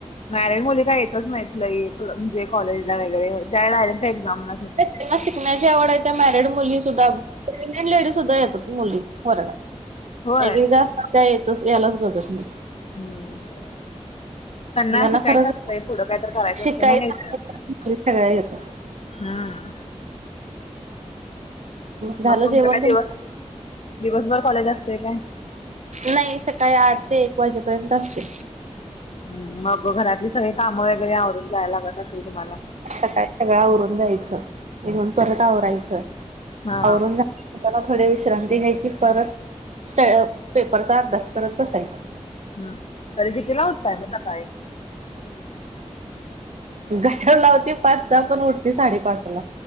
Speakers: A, on the left; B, on the right.
A: मॅरेड मुली कां येतंच नाही लयं म्हणजे कॉलेजला वगैरें त्यां डायरेकन एक्झांमला येतात.
B: त्यांनां शिकण्यांची आवड आहे त्यां मॅरिड मुली सुद्धां प्रेग्नेंट लेडी सुद्धां येतात मुली वर्गात
A: होय
B: एगेगा असस्तां त्यां येतंच यांलाच बघूत नाहीं.
A: हम्मं. त्यांनां
B: ज्यांना
A: शिकायचं
B: खरंच
A: असतंय पुढं कांही तर करायचं
B: शिकायचं
A: असतय म्हणून येताय.
B: सगळ्या येतात
A: हम्मं.
B: झालं
A: मगं तुमच्या
B: जेवण
A: कायं
B: तुमचं
A: दिवस दिवसभर कॉलेज असतें कायं?
B: नाही सकाळी आठ ते एक वाजेपर्यंत असते.
A: हम्मं मगं घरांतली सगळी कामं वगैरे आवरूंन जावा लागतं असेल तुम्हांला.
B: सकाळी सगळं आवरूंन जायचं येऊंण परत आवरायचं
A: हा
B: आवरून त्यांना थोडी विश्रांती घ्यांयची परत स्ट पेपरचा अभ्यांस करतं बसायचां.
A: हम्मं तरी कीतीला उठताय म सकाळी?
B: घशर लावती पाचंचा पणं उठते साडेपाच लां.